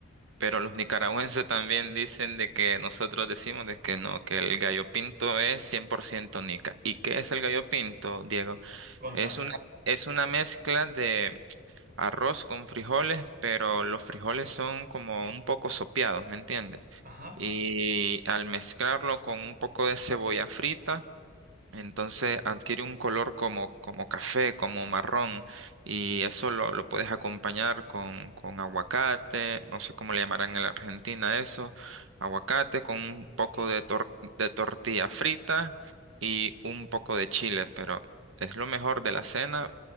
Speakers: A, on the right (about 65°); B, on the right (about 40°).
A: pero los nicaragüenses <laughs> también dicen de que nosotros decimos de que no, que el gallo pinto es 100% nica. ¿Y qué es el gallo pinto, Diego?
B: Contame.
A: Es una, es una mezcla de arroz con frijoles, pero los frijoles son como un poco sopeados, ¿me entiendes?
B: Ajá.
A: Y al mezclarlo con un poco de cebolla frita, entonces adquiere un color como, como café, como marrón, y eso lo, lo puedes acompañar con, con aguacate, no sé cómo le llamarán en la Argentina eso, aguacate con un poco
B: La palta.
A: de, tor- de tortilla frita y un poco de chile, pero es lo mejor de la cena